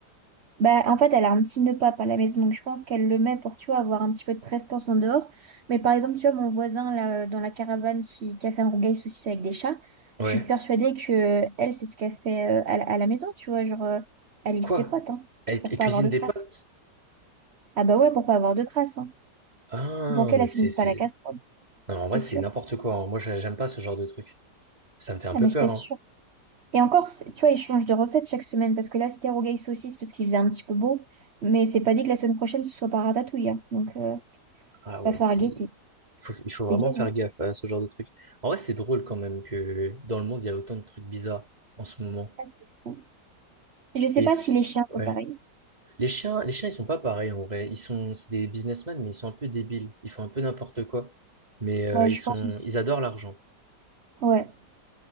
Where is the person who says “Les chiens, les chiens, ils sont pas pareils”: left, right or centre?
Right